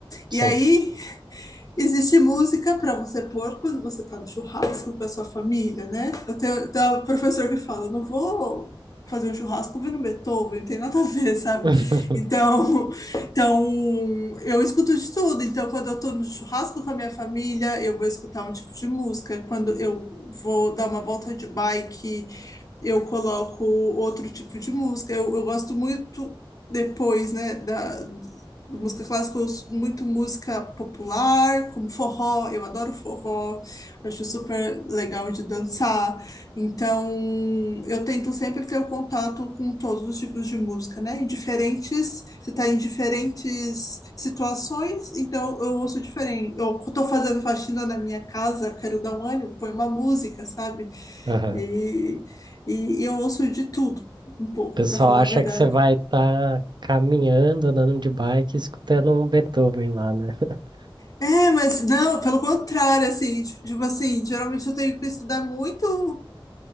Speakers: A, on the right (about 55°); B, on the left (about 40°).
A: sim.
B: E aí Existe música para você pôr quando você está no churrasco com a sua família, né? Eu tenho, tem um professor que fala, não vou fazer um churrasco ouvindo Beethoven, tem nada a ver, <laughs> sabe?
A: <laughs>
B: Então, então eu escuto de tudo. Então, quando eu estou no churrasco com a minha família, eu vou escutar um tipo de música. Quando eu vou dar uma volta de bike, eu coloco outro tipo de música. Eu, eu gosto muito depois, né, da, de música clássica, eu ouço muito música popular, como forró, eu adoro forró, acho super legal de dançar. Então, eu tento sempre ter o contato com todos os tipos de música, né? Em diferentes, você está em diferentes situações, então eu ouço diferente. Eu estou fazendo faxina na minha casa, quero dar um ânimo, põe uma música, sabe?
A: Aham.
B: E,
A: O
B: e, e eu ouço de tudo, um pouco,
A: pessoal
B: para falar
A: acha
B: a verdade.
A: que você vai estar caminhando, andando de bike, escutando um Beethoven lá, né? <laughs>
B: É, mas não, pelo contrário, assim, tipo tipo assim, geralmente eu tenho que estudar muito,